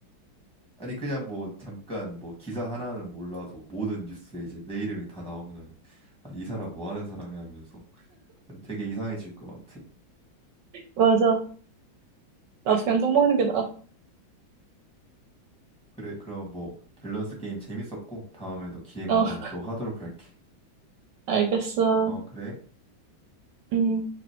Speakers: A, in the centre; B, on the right.
A: 아니 그냥 뭐 잠깐 뭐 기사 하나는 몰라도 모든 뉴스에 이제 내 이름이 다 나오면 아니 이 사람 뭐 하는 사람이 하면서 되게 이상해질 것 같아.
B: 맞아. 나도 그냥 똥 먹는 게 나아.
A: 그래 그럼 뭐 밸런스 게임 재밌었고 다음에도 기회가
B: 어,
A: 되면
B: <laughs>
A: 또 하도록 할게.
B: 알겠어.
A: 어 그래.
B: 음.